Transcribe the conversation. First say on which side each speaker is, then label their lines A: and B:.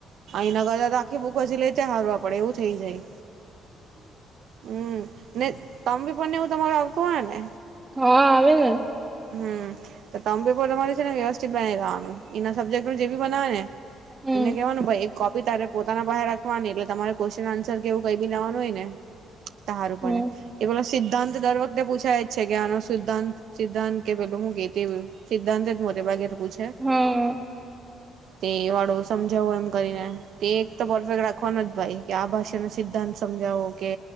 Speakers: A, on the right (about 65°); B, on the right (about 25°).
A: એના કરતાતો આખી બુક વાંચી લે તા હારું આપડે એવું થઇ જાય. હમ ને તમબી પણને એવું તમારું આવતું હોય ને.
B: હા આવે ને
A: હમ તો તમામ પેપર તમારે છે ને વ્યવસ્થિત બનાવી લવાનું એના સબ્જેક્ટ જે બી બનાવે ને
B: હમ
A: એને કહેવાનું ભાઈ એક કોપી તારે પોતાના પાહે રાખવાની એટલે તમારે ક્વેશ્ચન આન્સ કેવું કઈ બી લેવાનું હોય ને.
B: <inaudible>
A: તાર
B: હમ
A: પડે એવોલો સિદ્ધાંત દર વખતે પૂછાય જ છે કે આનો સિદ્ધાંત સિદ્ધાંત કે પેલું હું કેતીયું. સિદ્ધાંત જ મોટે ભાગે પૂછે.
B: હમ.
A: તે વાળો સમજાવો એમ કરીને તે એક તો પરફેક્ટ રાખવાનો જ ભાઈ કે આ ભાષાનો સિદ્ધાંત સમજાવો કે